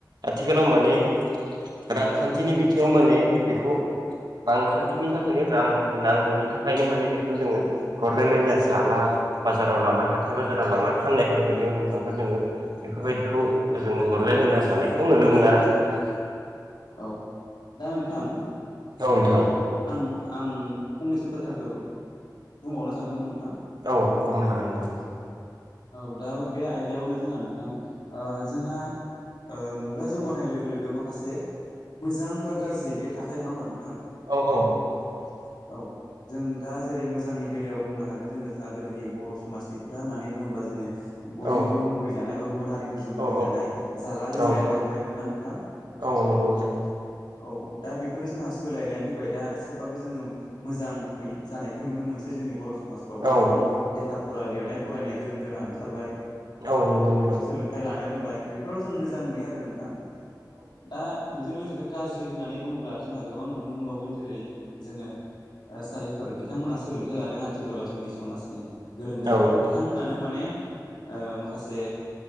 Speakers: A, on the right (about 70°); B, on the left (about 80°).
A: आथिखालाव माने रांखान्थिनि बिथिङाव माने बेखौ रांखान्थिनि थाखायनो रां नांगौनि थाखायनो माने बेखौ जोङो हरलायलायनायना जाला बाजाराव लांना हाथाय
B: औ
A: बाजाराव
B: औ
A: लांना फाननायखौ नुयो होमबाबो जोङो बेफोरबायदिखौ जों ह रलाय लायना जानायखौ नुनो मोना आरो नोंथां
B: औ दा नोंथां
A: नोंथां
B: आं आं फंनैसो बाथ्राखौ बुंबावनो सानदोंमोन नों
A: औ बुंनो हागोन नोंथां
B: औ दा बे आयदायावनो जोंहा नोंथां जोंहा मुगा जौगानाय लोगो लोगो माखासे मोजां बा गाज्रि बेयो थाखायो नङा होमबा नोंथां
A: औ औ औ नंगौथ'
B: औ जों दा जेरै मोजांनि बेलायाव बुंनो हागोन जोङो जोंहा गोदोनि बर' समाजनि खोथा होननानै बुङोब्ला जोङो बयजोंबो
A: औ
B: मुगैजानाय बा गुबुन हारिफोरजों मुगैजानाय
A: औ
B: जाला लोंलाया
A: औ
B: बांद्रायोमोन ना नोंथां।
A: औ। <unintelligible>
B: औ दा बेफोरो जोंहा सोलायनाय फैबाय दा एसेबाबो जोङो मोजाङै जानायखौ नुनो मोनसै। बे जोंनि बर' समाजफ्रावबो
A: औ
B: गोबां लेखा फरा लिरनाय फरायनाय गोरों गोरा ओंखारबाय।
A: औ नंगौ नोंथां औ नंगौ नोंथां
B: सोलोंथाय लानो रोंबाय बेफोराव जों मोजां नुयो आरो नोंथां दा बिदिनो गाज्रि होननानै बुङोब्ला जोंहा गोबां नुनो मोनबावगोन जेरै जोङो ओ जायफोर बिथांमोना सोलोंथाय लादों आथिखालाव जोंनि समाजनि गोरों गोराफोर
A: औ
B: बिथांमोनानो माने ओ माखासे